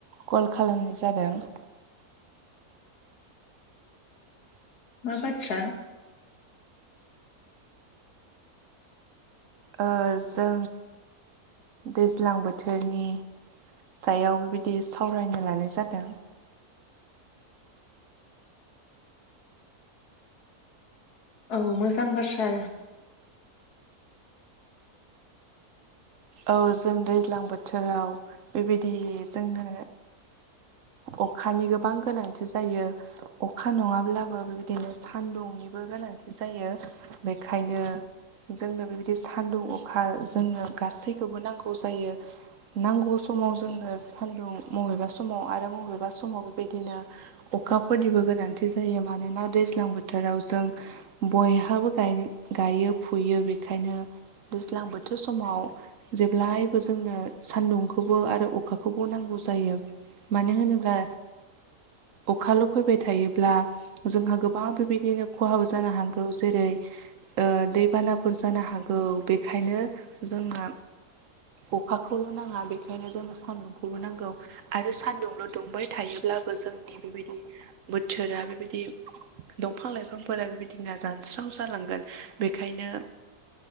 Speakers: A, on the right; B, on the left.
A: कल खालामनाय जादों। <inaudible>
B: मा बाथ्रा?
A: ओजों दैज्लां बोथोरनि सायाव बिबादि सावरायनो लानाय जादों।
B: औ मोजां बाथ्रा।
A: औ जों दैज्लां बोथोराव बेबायदि जोंनो अखानि गोबां गोनांथि जायो। अखा नङाब्लाबो बेबादिनो सानदुंनिबो गोनां गोनांथि जायो बेखायनो जोंनो बेबायदि सानदुं अखा जोंनो गासै खौबो नांगौ जायो। नांगौ समाव जोंनो सान्दुं मबेबा समाव आरो मबेबा स समाव बेबायदिनो अखाफोरनिबो गोनांथि जायो। मानोना दैज्लां बोथोराव जों बयहाबो गाय गायो फुयो बेखायनो दैज्लां बोथोर समाव जेब्लायबो जोंनो सान्दुंखौबो आरो अखाखौबो नांगौ जायो। मानो होनोब्ला अखाल' फैबाय थायोब्ला जोंहा गोबां बेबायदिनो खहाब जानो हागौ। जेरै ओ दैबानाफोर जानो हागौ। बेखायनो जोंहा अखाखौल' नाङा, बेखायनो जोंनो सान्दुंखौबो नांगौ आरो सान्दुंल' दुंबाय थायोब्ला जोंनि बेबायदि बोथोरा बेबायदि दंफां लाइफांफोरा बेबायदिना रानस्राव जालांगोन। बेखायनो